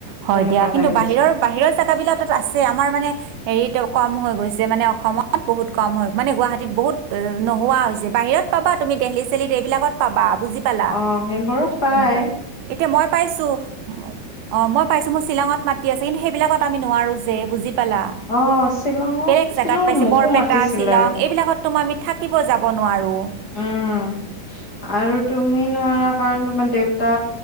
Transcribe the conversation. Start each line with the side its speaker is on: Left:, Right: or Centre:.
Right: হয়
Left: তেনেকুৱা
Right: দিয়া কিন্তু
Left: টাইপ হৈছে
Right: বাহিৰৰ বাহিৰৰ জোগাাবিলাকত আছে আমাৰ মানে হেৰিটো কম হৈ গৈছে, মানে অসমত বহুত কম হৈ মানে গুৱাহাটীত বহুত নোহোৱা হৈছে বাহিৰত পাবা তুমি দেলহি চেলহিত সেইবিলাকত পাবা বুজি পালা
Left: অ, সেইবোৰত পায়।
Right: তেনেকুৱা এতিয়া মই পাইছোঁ অ, মই পাইছোঁ, মোৰ শ্বিলঙত মাতি আছে। কিন্তু সেইবিলাকত আমি নোৱাৰো যে বুজি পালা?
Left: অ শ্বিলঙত
Right: বেলেগ
Left: শ্বিলঙত
Right: জেগাত পাইছে,
Left: মোকো
Right: বৰপেটা,
Left: মাতিছিলে
Right: শ্বিলং এইবিলাকত তো আমি থাকিব যাব নোৱাৰোঁ।
Left: উম আৰু তুমি নোৱাৰা কাৰণ তোমাৰ দেউতা,